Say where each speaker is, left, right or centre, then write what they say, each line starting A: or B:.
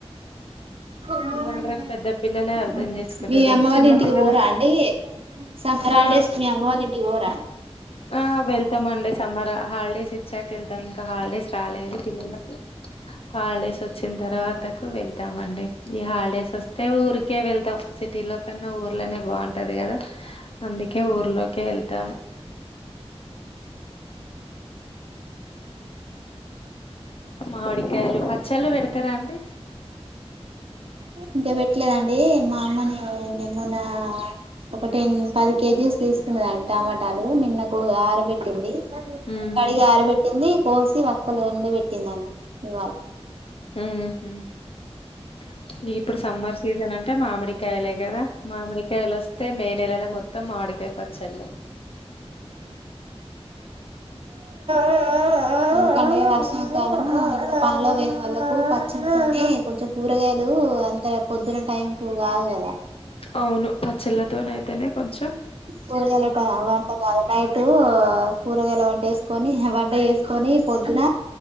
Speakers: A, on the right; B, on the left.
A: <inaudible>
B: ఇవాళ రేపు పెద్ద పిల్లలే అర్థం చేసుకుంటలేరు
A: మీ అమ్మ వాళ్ళ
B: చిన్న
A: ఇంటికి
B: పిల్లల
A: పోరా అండి సక్కరాలుచేసుకొని
B: ఆ
A: మీ అమ్మ వాళ్ళ ఇంటికి పోరా
B: ఆ వెళ్తాం అండి సమ్మర్ హాలిడేస్ ఇచ్చాక వెళ్తాం హాలిడేస్ రాలేదు ఇంకా హాలిడేస్ వచ్చిన తరువాత కు వెళ్తామండి ఈ హాలిడేస్ వస్తే ఊరికే వెళ్తాం సిటీ లో కన్నా ఊర్లోనే బాగుంటాది కదా అందుకే ఊర్లోకే వెళ్తాము మామిడికాయలు పచ్చళ్ళు పెడతారా అండి
A: ఇంకా పెట్టలేదండి మా అమ్మని నెమొననా ఒక టెన్ పది కేజీస్ తీసుకున్నాం సదాడి టమాటాలు నిన్నకు ఆరబెట్టింది
B: ఉహు
A: కడిగి ఆరబెట్టింది కోసి వెక్క ఎండ పెట్టిందండి ఇవాళ
B: హమ్ హమ్ హా ఇప్పుడు సమ్మర్ సీజన్ అంటే మామిడికాయలే కదా మామిడికాయలు వస్తే మే నెలల మొత్తం మొత్తం మామికాయ పచ్చలే
A: ఆ ఆ పడే వర్షం కాలం ఇలా వేరే వాళ్ళలకు పచ్చడతోని కొంచెం కూరగాయలు అంత పొద్దున టైం కు కాదు కదా
B: అవును పచ్చెల్ తోనే అయి తాయి పని
A: పరిగాల వంట <unintelligible> అది నైటు కూరగాయల వంట వేసుకొని వంట చేేసుకొని పొద్దున